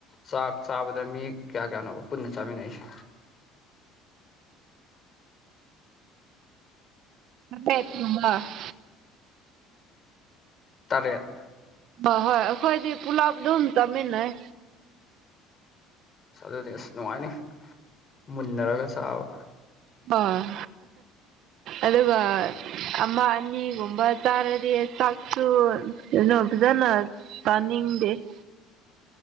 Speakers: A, on the left; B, on the right.
A: ꯆꯥꯛ ꯆꯥꯕꯗ ꯃꯤ ꯀꯌꯥ ꯀꯌꯥꯅꯣ ꯄꯨꯟꯅ ꯆꯥꯃꯤꯟꯅꯩꯁꯦ
B: ꯇꯔꯦꯠ ꯀꯨꯝꯕ <unintelligible>
A: ꯇꯔꯦꯠ
B: ꯍ ꯍꯣꯏ ꯑꯩꯈꯣꯏꯗꯤ ꯄꯨꯂꯥꯞ ꯑꯗꯨꯝ ꯆꯥꯃꯤꯟꯅꯩ
A: ꯑꯗꯨꯗꯤ ꯑꯁ ꯅꯨꯡꯉꯥꯏꯅꯤ ꯃꯨꯟꯅꯔꯒ ꯆꯥꯕ
B: ꯑꯣ ꯑꯗꯨꯒ ꯑꯃ ꯑꯅꯤꯒꯨꯝꯕ ꯆꯥꯔꯗꯤ ꯆꯥꯛꯁꯨ ꯀꯩꯅꯣ ꯐꯖꯅ ꯆꯥꯅꯤꯡꯗꯦ <inaudible>